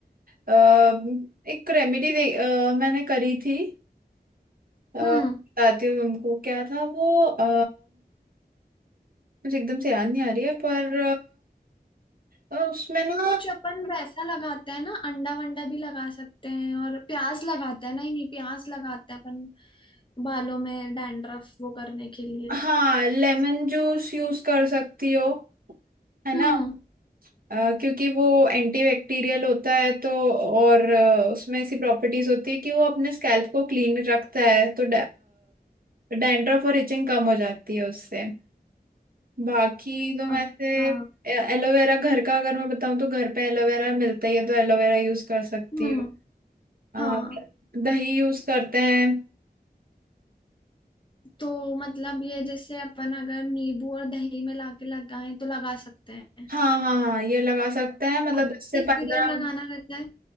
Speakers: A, on the right; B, on the left.
A: अ, एक रेमेडी दे अ, मैंने करी थी अ, बताती
B: हम्म
A: हूँ तुमको क्या था वो अ, मुझे एकदम से याद नहीं आ रही है पर अ, उसमें ना
B: कुछ अपन वैसा लगाते हैं ना अंडा वंडा भी लगा सकते हैं और प्याज लगाते हैं नहीं नहीं प्याज लगाते हैं अपन बालों में डैंड्रफ वो करने के लिए
A: हाँ लेमन जूस यूज कर सकती हो है ना
B: हम्म
A: अ, क्योंकि वो एंटीबैक्टीरियल होता है तो और अ, उसमें ऐसी प्रॉपर्टीज होती है कि वो अपने स्कैल्प को क्लीन रखता है तो डैंड्रफ और इचिंग कम हो जाती है उससे बाकी तो मैं
B: अच्छा
A: से एलोवेरा घर का अगर मैं बताऊं तो घर पे एलोवेरा मिलता ही है तो एलोवेरा यूज कर सकती
B: हम्म
A: हूँ
B: हाँ
A: अ, दही यूज करते हैं
B: तो मतलब ये जैसे अपन अगर नींबू और दही में लाके लगाएं तो लगा सकते हैं
A: हाँ हाँ हाँ ये लगा सकते हैं मतलब
B: और
A: दस से
B: कितनी
A: पंद्रह
B: देर लगाना रहता है